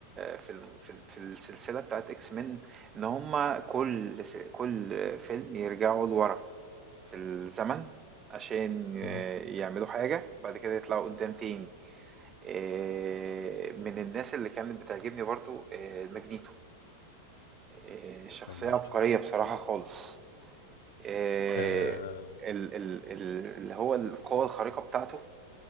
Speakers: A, on the right; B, on the left.
A: في الم- في ال- في السلسله بتاعت اكس مين ان هما كل س- كل فيلم يرجعوا لورا في الزمن عشان
B: مهم.
A: آه، يعملوا حاجة وبعد كده يطلعوا قدام تاني آه، من الناس اللي كانت بتعجبني برضو آه، ماجنيتو آه، شخصية
B: ماجنيتو
A: عبقرية بصراحة خالص آه،
B: آه...
A: ال- ال- ال- اللي هو القوة الخارقة بتاعته